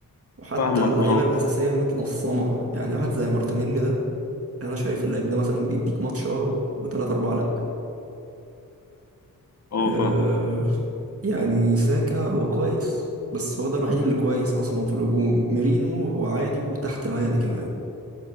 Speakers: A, on the right; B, on the left.
A: وحتى
B: فاهمك
A: اللعيبة
B: اه
A: الأساسية متلصمة يعني واحد زي مارتينيلي ده أنا شايف اللعيب ده مثلا بيديك ماتش اه وتلاتة أربعة لأ
B: اه
A: أه
B: فاهم
A: يعني ساكا هو كويس بس هو ده الوحيد اللي كويس أصلا في الهجوم ميرينو هو عادي وتحت العادي كمان